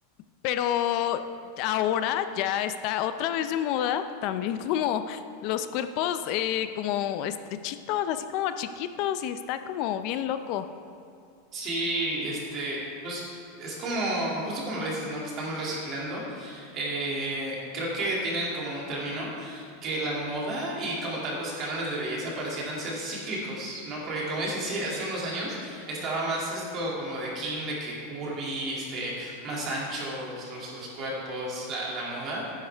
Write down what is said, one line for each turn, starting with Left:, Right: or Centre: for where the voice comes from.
Left: Pero ahora ya está otra vez de moda, también <laughs> como los cuerpos eh, como estrechitos, así como chiquitos, y está como bien loco.
Right: Sí, este, pues es como, justo como lo dices, ¿no? Que estamos reciclando. Eh, creo que tienen como un término que la moda y como tal los cánones de belleza parecieran ser cíclicos, ¿no? Porque como dices, sí, hace unos años estaba más esto como de Kim, de que curvy, este, más anchos los, los cuerpos, la, la moda.